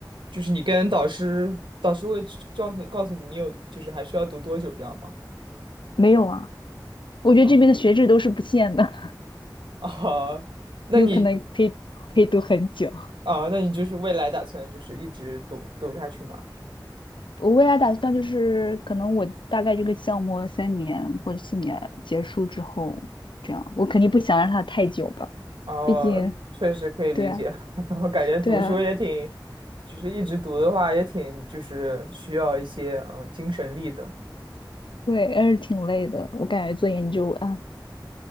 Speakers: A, on the right; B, on the left.
A: 就是你跟导师，导师会知告诉告诉你，你有就是还需要读多久这样吗？
B: 没有啊？我觉得这边的学制都是不限的，
A: 啊啊，<laughs>
B: <laughs>
A: 那你
B: 有可能可以可以读很久。
A: 啊，那你就是未来打算就是一直读读下去吗？
B: 我未来打算就是，可能我大概这个项目三年或者四年结束之后，这样我肯定不想让它太久吧，
A: 哦，
B: 毕竟
A: 确实可以理解，
B: 对啊，
A: <laughs> 我感觉读书也挺，
B: 对啊，
A: 就是一直读的话也挺就是需要一些嗯精神力的。
B: 对，还是挺累的。我感觉做研究啊，